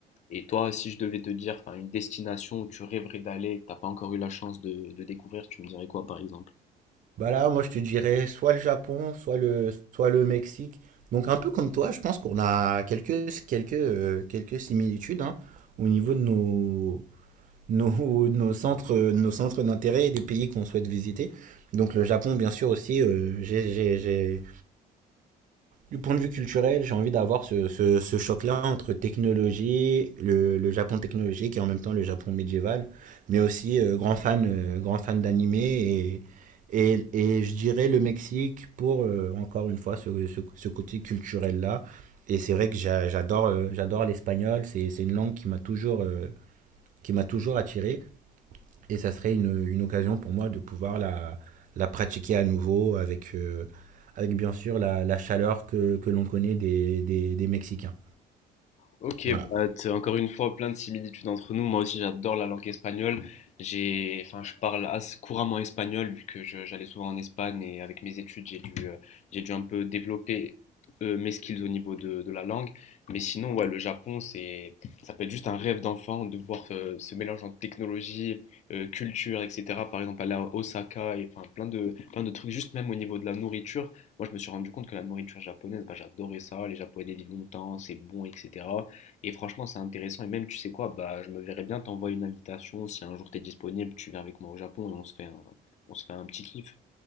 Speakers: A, on the left; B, on the right.
A: Et toi, si je devais te dire enfin, une destination où tu rêverais d'aller, que t'as pas encore eu la chance de, de découvrir, tu me dirais quoi par exemple?
B: Bah là, moi, je te dirais soit le Japon, soit le, soit le Mexique. Donc, un peu comme toi, je pense qu'on a quelques, quelques, euh, quelques similitudes hein, au niveau de nos, nos, <laughs> nos centres, nos centres d'intérêt et des pays qu'on souhaite visiter. Donc, le Japon, bien sûr, aussi, euh, j'ai, j'ai, j'ai- du point de vue culturel, j'ai envie d'avoir ce, ce, ce choc-là entre technologie, le, le Japon technologique et en même temps le Japon médiéval, mais aussi euh, grand fan, euh, grand fan d'anime et, et, et je dirais le Mexique pour euh, encore une fois ce, ce, ce côté culturel-là. Et c'est vrai que j'a- j'adore, euh, j'adore l'espagnol, c'est, c'est une langue qui m'a toujours, euh, qui m'a toujours attiré. Et ça serait une, une occasion pour moi de pouvoir la, la pratiquer à nouveau avec, euh, avec bien sûr la, la chaleur que, que l'on connaît des, des, des Mexicains.
A: Ok,
B: Voilà.
A: bah, t'as encore une fois plein de similitudes entre nous. Moi aussi, j'adore la langue espagnole. J'ai, enfin, je parle assez couramment espagnol vu que je- j'allais souvent en Espagne et avec mes études, j'ai dû, euh, j'ai dû un peu développer euh, mes skills au niveau de, de la langue. Mais sinon, ouais, le Japon, c'est, ça peut être juste un rêve d'enfant de voir euh, ce mélange entre technologie, euh, culture, etc. Par exemple, aller à Osaka et enfin plein de, plein de trucs, juste même au niveau de la nourriture. Moi, je me suis rendu compte que la nourriture japonaise, bah, j'adorais ça. Les Japonais vivent longtemps, c'est bon, etc. Et franchement, c'est intéressant. Et même, tu sais quoi, bah, je me verrais bien t'envoyer une invitation. Si un jour t'es disponible, tu viens avec moi au Japon et on se fait un, on se fait un petit kiff.